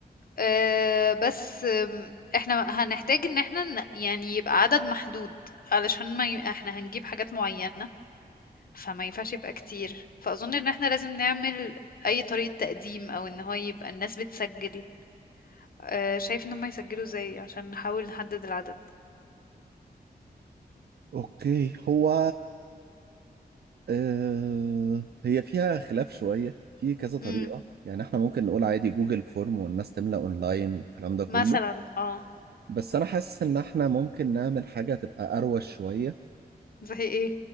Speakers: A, on the left (about 60°); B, on the right (about 70°).
A: آه، بس آم، احنا هنحتاج ان احنا ن- يعني يبقى عدد محدود علشان ما ي... احنا هنجيب حاجات معينة فما ينفعش يبقى كتير فأظن ان احنا لازم نعمل اي طريقة تقديم او ان هو يبقى الناس بتسجل آه، شايف ان هم يسجلوا ازاي عشان نحاول نحدد العدد
B: اوكي هو آه، هي فيها خلاف شوية في كذا طريقة
A: امم
B: يعني احنا ممكن نقول عادي جوجل فورم والناس تملأ اونلاين والكلام ده كله
A: مثلا اه
B: بس انا حاسس ان احنا ممكن نعمل حاجة تبقى اروش شوية
A: زي ايه